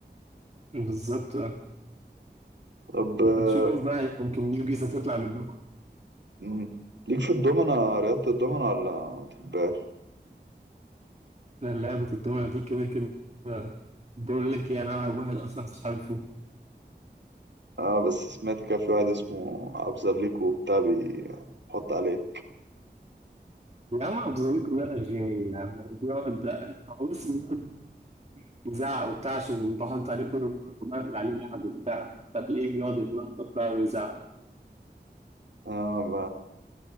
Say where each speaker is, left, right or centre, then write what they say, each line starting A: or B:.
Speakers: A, on the right; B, on the right.
A: بالظبط
B: طب آه،
A: نشوف بقى يمكن نيو جيزة تطلع منكم
B: مم، ليك في الدومنة رياضة الدومنة ولا ما بتحبهاش؟
A: لأن لعبة الدولة دي كده كده بقول لك يعني أنا واحد أصلا في صحابي فيه
B: اه بس سمعت كان في واحد اسمه ابزرليكو وبتاع بيحط عليه
A: يا عم أبزويكوا بقى غير يا عم وبيقعد هو بس بيقعد يزعق وبتاع عشان بحط عليه كل مرة وبقفل عليه لعب وبتاع فتلاقيه بيقعد يتنطط بقى ويزعق
B: اه ب-